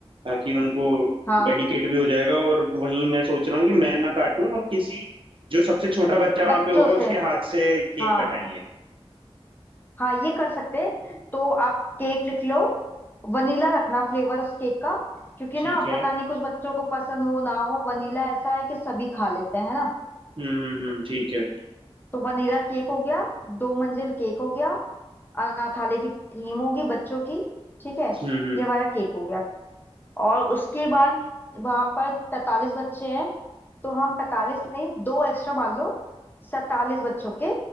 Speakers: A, on the right; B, on the left.
A: ताकि उनको
B: हाँ
A: डेडिकेट भी हो जाएगा और वहीं मैं सोच रहा हूँ कि मैं ना काटूं और किसी जो सबसे छोटा बच्चा वहां
B: बच्चों
A: पे होगा
B: से
A: उसके हाथ से केक
B: हाँ
A: कटाएंगे
B: हाँ ये कर सकते हैं तो आप केक लिख लो वनीला रखना फ्लेवर उस केक का क्योंकि
A: ठीक
B: ना
A: है
B: पता नहीं कुछ बच्चों को पसंद हो ना हो वनीला ऐसा है कि सभी खा लेते हैं है ना
A: हम्म हम्म हम्म ठीक है
B: तो वनीला केक हो गया दो मंजिल केक हो गया अनाथालय की थीम होगी बच्चों की ठीक है
A: हम्म हम्म
B: ये हमारा केक हो गया और उसके बाद वहां पर 45 बच्चे हैं तो हम 45 नहीं दो एक्स्ट्रा मान लो 47 बच्चों के